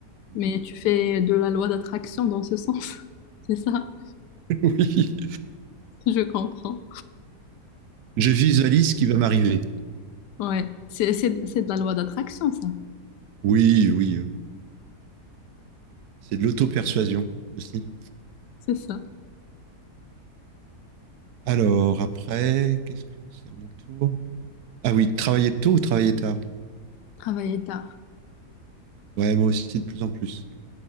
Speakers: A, on the right; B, on the left.
A: Mais,
B: Mais
A: euh,
B: tu fais de la loi d'attraction dans ce sens, <laughs> c'est ça?
A: <laughs> oui,
B: Je comprends.
A: je visualise ce qui va m'arriver.
B: Ouais, c'est, c'est, c'est de la loi d'attraction, ça.
A: Oui, oui, euh, c'est de l'auto-persuasion aussi.
B: C'est ça.
A: Alors, après, qu'est-ce que c'est mon tour? Ah oui, travailler tôt ou travailler tard?
B: Travailler tard.
A: Ouais, moi aussi, de plus en plus.